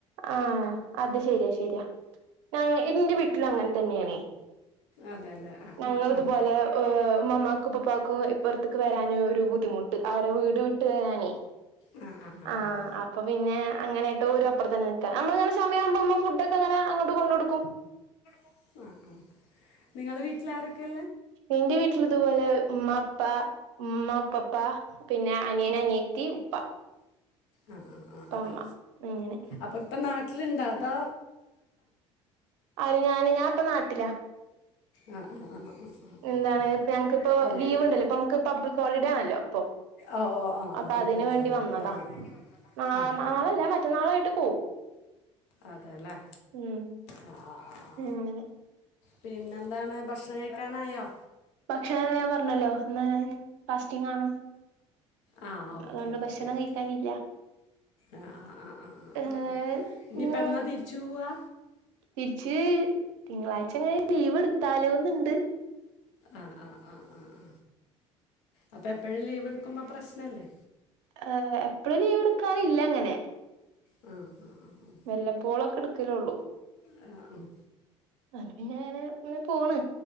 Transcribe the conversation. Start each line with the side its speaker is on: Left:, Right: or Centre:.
Right: ആ അത് ശരിയാ ശരിയാ ഞാ ന്റെ വീട്ടിൽ അങ്ങനെ തന്നെയാണേ
Left: അതെല്ലേ ആഹ്
Right: ഞങ്ങൾ
Left: ആഹ് ആഹ്
Right: ഇതുപോലെ ഉമ്മാക്കും ഉപ്പപ്പാക്കും ഇപ്പുറത്തേക്ക് വരാന ഒരു ബുദ്ധിമുട്ട് അവരെ വീട് വിട്ട് വരാനേയ്
Left: ആഹ് ആഹ് ആഹ്
Right: ആ
Left: ആഹ്
Right: അപ്പൊ പിന്നെ അങ്ങനെയായിട്ട് ഒരു അപ്പുറത്തന്നെ നിക്കാ നമ്മളിങ്ങനെ സമയാവുമ്പോ ഇമ്മ ഫുഡ്ക്കെ അങ്ങനെ അങ്ങോട്ട് കൊണ്ടോടുക്കും
Left: ഉം ഉം നിങ്ങളെ വീട്ടിൽ ആരൊക്കെ
Right: ഇന്റെ വീട്ടില് ഇതുപോലെ ഉമ്മ പ്പ ഉമ്മുമാപ്പപ്പാ പിന്നെ അനിയൻ അനിയത്തി ഉപ്പ
Left: ആ ആ ആ
Right: ഉപ്പ ഉമ്മ
Left: ആ
Right: അങ്ങനെ
Left: അപ്പൊ ഇപ്പൊ നാട്ടില്ണ്ടാ അതോ
Right: ആര് ഞാന് ഞാൻ ഇപ്പ നാട്ടിലാ.
Left: ആ ആ ആ ആ
Right: എന്താണ്
Left: ആ.
Right: ഞങ്ങക്കിപ്പോ
Left: ആണ്
Right: ലീവ്
Left: പി-
Right: ഉണ്ടല്ലോ ഇപ്പൊ നമുക്ക് പബ്ലിക് ഹോളിഡേ ആണല്ലോ ഇപ്പൊ
Left: ഓ ഓ ആ
Right: അപ്പൊ
Left: ആ ഇരുപത്താറാം
Right: അതിന് വേണ്ടി വന്നതാ
Left: തീയതി
Right: നാ
Left: ആ ആ
Right: നാളല്ലാ
Left: ആ
Right: മറ്റന്നാളായിട്ട് പോവും.
Left: അതേല്ലേ
Right: ഉം
Left: ആ ആ ആ ആ
Right: അങ്ങനെ
Left: പിന്നെന്താണ് ഭക്ഷണം കഴിക്കാനായോ
Right: ഭക്ഷണം <unintelligible> ണ്ടല്ലോ ഇന്ന് ഫാസ്റ്റിംഗാണ്.
Left: ആ ഓക്കെ
Right: അതോണ്ട്
Left: ഓക്കെ
Right: ഭക്ഷണം
Left: ഓക്കെ
Right: കഴിക്കാനില്ല.
Left: ആ ആ ആ ആ ആ
Right: ഏഹ്
Left: ആ ഇനിയിപ്പ
Right: ഇന്ന്
Left: എന്നാ തിരിച്ചു പൂവാ.
Right: തിരിച്ച് തിങ്കളാഴ്ച വരെ ലീവ് എടുത്താലോന്ന്ണ്ട്.
Left: ആ ആ ആ ആ ആ അപ്പൊ എപ്പോഴും ലീവ് എടുക്കുമ്പോ പ്രശ്നല്ലേ?
Right: ഏ എപ്പോഴും ലീവെടുക്കാറില്ല അങ്ങനെ.
Left: ആ ആ ആ
Right: വെല്ലപ്പോളൊക്കെ എടുക്കലൊള്ളൂ.
Left: ആ ആ ഉം.
Right: അതോണ്ട് പിന്നെ അങ്ങനെ പോണ്